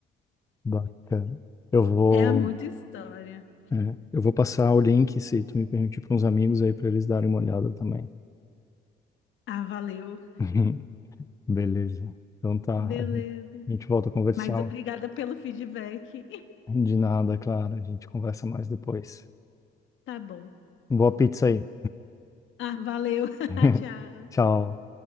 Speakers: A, on the left; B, on the left.
A: Bacana. Eu vou,
B: É muita história.
A: é, eu vou passar o link, se tu me permitir, para uns amigos aí, para eles darem uma olhada também.
B: Ah, valeu.
A: <laughs> Beleza. Então tá,
B: Beleza.
A: a gente a gente volta a conversar.
B: Mas obrigada pelo feedback. <laughs>
A: De nada, claro. A gente conversa mais depois.
B: Tá bom.
A: Boa pizza aí.
B: Ah, valeu. <laughs>
A: <laughs>
B: Tchau.
A: Tchau.